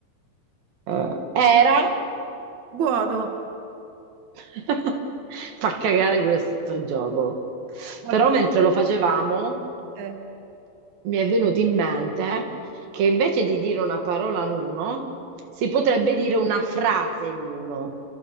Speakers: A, on the right; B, on the right.
A: eh, era.
B: buono.
A: <laughs> Fa cagare questo gioco.
B: Vabbè,
A: Però mentre lo facevamo
B: eh,
A: mi è venuto in mente che invece di dire una parola l'uno, si potrebbe dire una frase l'uno.